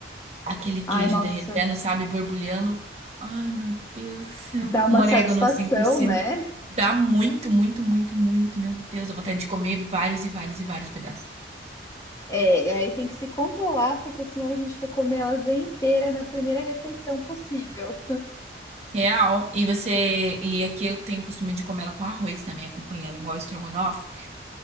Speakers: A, on the right (about 35°); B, on the left (about 15°).
A: Aquele queijo
B: Ai, nossa.
A: derretendo, sabe? Borbulhando. Ai, meu Deus do céu.
B: Dá
A: Com
B: uma
A: orégano
B: satisfação,
A: assim por cima.
B: né?
A: Dá muito, muito, muito, muito. Meu Deus, dá vontade de comer vários e vários e vários pedaços.
B: É, e aí tem que se controlar, porque senão a gente quer comer elas inteira na primeira refeição possível.
A: Real. E você. E aqui eu tenho o costume de comer ela com arroz também, acompanhando, igual o estrogonofe.